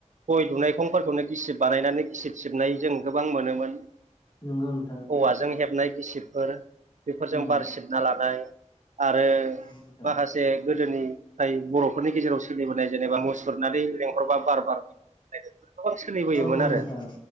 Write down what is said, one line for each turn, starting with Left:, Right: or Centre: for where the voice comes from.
Right: गय दुनायखंफोरखौनो गिसिब बानायनानै गिसिब सिबनाय जों गोबां मोनोमोन
Left: नंगौनो
Right: औवाजों हेबनाय गिसिबफोर बेफोरजों
Left: उम
Right: बार सिबना लानाय आरो
Left: नोंथां
Right: माखासे गोदोनि जाय बर'फोरनि गेजेराव सोलिबोनाय जेनेबा मुसुरनानै लेंहरबा बार बार नाय गोबां सोलिबोयोमोन
Left: औ
Right: आरो
Left: नोंथां